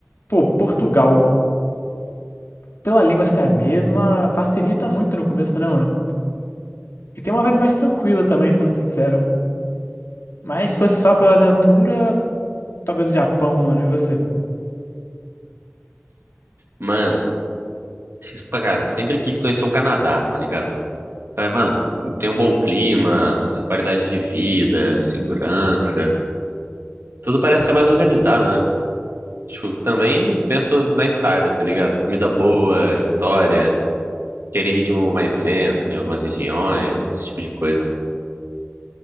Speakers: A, on the left; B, on the right.
A: pô, Portugal, pela língua ser a mesma, facilita muito no começo, né, mano? E tem uma vibe mais tranquila também, sendo sincero. Mas se fosse só pela aventura, talvez o Japão, mano, e você?
B: Mano, tipo, cara, sempre quis conhecer o Canadá, tá ligado? Mas, mano, tem um bom clima, né, qualidade de vida, segurança, tudo parece ser mais organizado, né? Tipo, também penso na Itália, tá ligado? Comida boa, história, querer ritmo mais lento em algumas regiões, esse tipo de coisa.